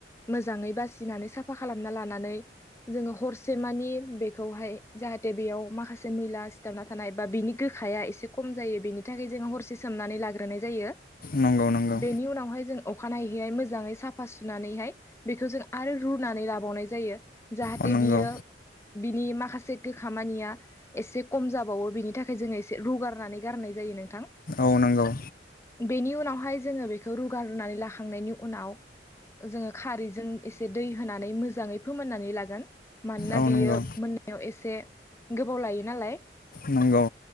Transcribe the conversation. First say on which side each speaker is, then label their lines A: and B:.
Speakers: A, on the left; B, on the left.
A: मोजाङै बासिनानै साफा खालामना लानानै। जोङो हरसे मानि बेखौहाय जाहाथे बेयाव माखासे मैला सिथाबना थानाय बा बिनि गो। हाया एसे खम जायो बेनि थाखाय जो हर। एसे सोमनानै लाग्रोनाय जायो
B: नंगौ नंगौ
A: बेनि उनावहाय जों। अखानायैहैहाय मोजाङै साफा सुनानैहाय बेखौ जों आरो रुनानै लाबावनाय जायो। जाहाथे
B: अ नंगौ
A: बियो बिनि माखासे गो खामानिया एसे खम जाबावो बिनि बेनि थाखाय जोङो एसे रु गारनानै गारनाय जायो नोंथां।
B: मावनांगौ।
A: बेनि उनावहाय जोङो बेखौ रुगा रुनानै लाखांनायनि उनाव जोङो खारैजों एसे दै होनानै मोजाङै फोमोननानै लागोन मानोना
B: औ नंगौ
A: बेयो मोन एसे गोबाव लायो नालाय।
B: नंगौ।